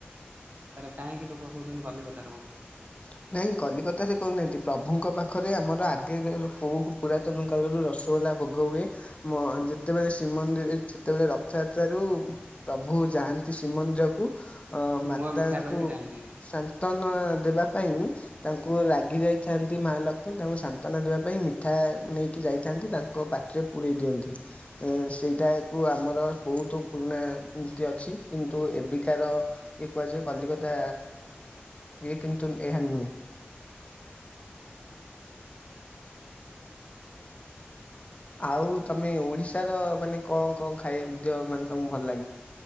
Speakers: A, on the right; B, on the left.
A: ତାହାଲେ କାହିଁକି ଲୋକ କହୁଛନ୍ତି କଲିକତାର ବୋଲି?
B: <unintelligible> ନାହିଁ କଲିକତାରେ କହୁନାହାନ୍ତି ପ୍ରଭୁଙ୍କ ପାଖରେ ଆମର ଆଗେ ଲୋ କୋଉ ପୁରାତନ କାଳରୁ ରସଗୋଲା ଭୋଗ ହୁଏ ମ ଯେତେବେଳେ ଶ୍ରୀମନ୍ଦିର ସେତେବେଳେ ରଥଯାତ୍ରରୁ ପ୍ରଭୁ ଯା ପାନ୍ତି ଶ୍ରୀମନ୍ଦିରକୁ ଅ ମାତାଙ୍କୁ
A: ମୁହଁ ମିଠା କରିକି ଯାଆନ୍ତି।
B: ସାନ୍ତ୍ବନା ଦେବା ପାଇଁ ତାଙ୍କୁ ରାଗି ଯାଇଥାନ୍ତି ମା ଲକ୍ଷ୍ମୀ ତାଙ୍କୁ ସାନ୍ତ୍ୱନା ଦେବା ପାଇଁ ମିଠା ନେଇକି ଯାଇଥା ନ୍ତି ତାଙ୍କ ପାଟିରେ ପୁରେଇ ଦିଅନ୍ତି ଏ ସେଇଟାକୁ ଆମର ବହୁତ୍ ପୁରୁଣା ଉ ଅଛି କିନ୍ତୁ ଏବେକାର ଇଏ କୁହାଯାଏ କଲିକତା ଇଏ କି ଏହା ନୁହେଁ। ଆଉ ତମେ ଓଡିଶାର ମାନେ କଣ କଣ ଖାଇବାକୁ ଦିଅ ମାନେ ତମକୁ ଭଲ ଲାଗେ?